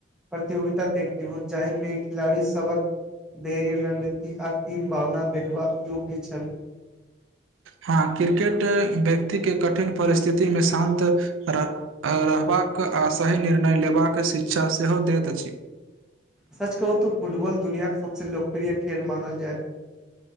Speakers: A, in the centre; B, on the right.
A: प्रतियोगिता देखती ह जाहिमे खिलाड़ी सबक देर रणनीति आ तीम भावना देखबाक योग्य छल
B: हाँ क्रिकेट व्यक्तिके कठिन परिस्थितिमे शान्त रह रहबाक आ सही निर्णय लेबाक शिक्षा सेहो दैत अछि
A: सच कहू त फुटबॉल दुनियाके सबसँ लोकप्रिय खेल मानल जा